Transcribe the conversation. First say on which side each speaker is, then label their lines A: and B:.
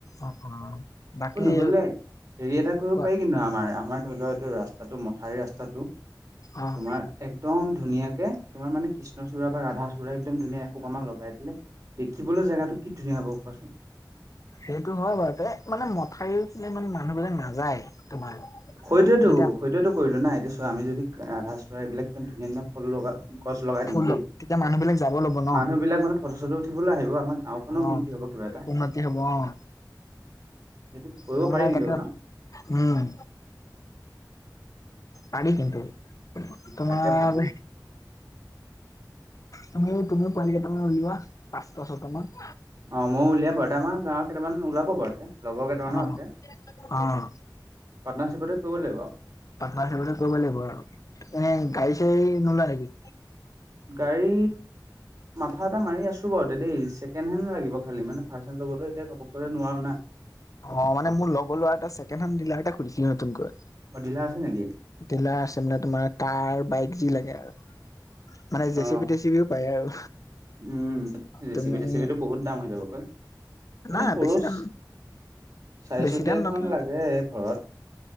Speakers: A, on the left; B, on the right.
A: অ অ। বাকী
B: অ', নহ'লে হেৰি এটা কৰিব
A: কোৱা
B: পাৰি কিন্তু আমাৰ, আমাৰ ধৰি লোৱা এইটো ৰাস্তাটো মথাউ ৰাস্তাটো তোমাৰ
A: অ'
B: একদম ধুনীয়াকে তোমাৰ মানে কৃষ্ণচূড়া বা ৰাধাচূড়া একদম ধুনীয়া অকমান লগাই দিলে, দেখিবলৈ জেগাটো কি ধুনীয়া হ'ব কোৱাচোন?
A: সেইটো হয় বাৰু তে। মানে মথাউৰি ফালে ইমান মানুহবিলাক নাযায়। তোমাৰ
B: হয়টোয়েতো,
A: যদি
B: হয়টোয়েতো কৰিলো না এতিয়া। চোৱা আমি যদি ৰাধা চূড়া এই বিলাক ইমান ধুনীয়া ধুনীয়া ফুল লগা গছ লগাই
A: ফুল
B: দিম দেই।
A: তেতিয়া মানুহ বিলাক যাব ল'ব ন
B: মানুহ বিলাক মানে ফটো চটো উঠিবলৈ আহিব আমাক গাওঁখনো
A: অ'
B: উন্নতি হ'ব কিবা এটা।
A: উন্নতি হ'ব অ'
B: সেইটো কৰিব
A: মই মানে
B: পাৰি কিন্তু
A: তাকে
B: ন?
A: উম। পাৰি কিন্তু। তোমাৰ
B: তাকে ভাবিছো
A: তুমি তুমি পোৱালি কেইটামান উলিওৱা, পাঁচটা ছয়টা মান।
B: অ মইয়ো উলিয়াম বাৰুতে আমাৰ গাঁৱ কেইটামান ওলাব বাৰুতে। লগৰকেইটা মানো
A: অ'
B: আছে।
A: অ'
B: পাৰ্টনাৰশ্বিপতে কৰিব লাগিব।
A: পাৰ্টনাৰ শ্বিপতে কৰিব লাগিব আৰু। উম গাড়ী চাড়ী নোলোৱা নেকি?
B: গাড়ী মাথা এটা মাৰি আছো বাৰুতে দেই, ছেকেণ্ড হেণ্ড লাগিব খালি মানে। ফাৰ্চহেন ল'বলৈ এতিয়া ঘপককৈ নোৱাৰো না।
A: অ মানে মোৰ লগৰ লৰা এটা ছেকেণ্ড হেণ্ড ডিলাৰ এটা খুুলিছিল নতুনকৈ।
B: অ ডিলাৰ আছে নেকি?
A: ডিলাৰ আছে মানে তোমাৰ কাৰ, বাইক যি লাগে আৰু। মানে
B: অ
A: জেচিপি টেচিপিও পায় আৰু।
B: উম, জেচিপি
A: তুমি
B: টেচিপিটো বহুত দাম হৈ যাব।
A: নাই
B: এনেই সৰুচ
A: বেছি দাম
B: চাৰিচুকীয়াখন
A: বেছি দাম নপ
B: লাগে ঘৰত।